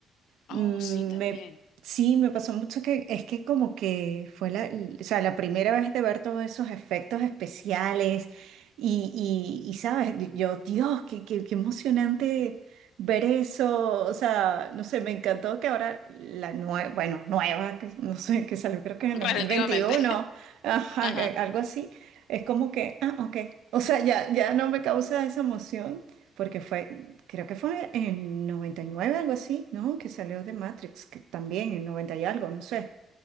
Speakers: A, on the right; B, on the left.
A: Mm,
B: Oh, sí, también.
A: Me, sí, me pasó mucho que es que como que fue la, o sea, la primera vez de ver todos esos efectos especiales y, y, y, sabes, yo, Dios, qué, qué, qué emocionante ver eso, o sea, no sé, me encantó que ahora la nueva, bueno, nueva, que no sé, que salió creo que en el dos
B: Relativamente.
A: mil veintiuno ajá,
B: <laughs>
A: a-
B: Ajá,
A: algo así, es como que, ah, ok, o sea, ya, ya no me causa esa emoción porque fue Creo que fue en 99, algo así, ¿no? Que salió de Matrix, que también en 90 y algo, no sé.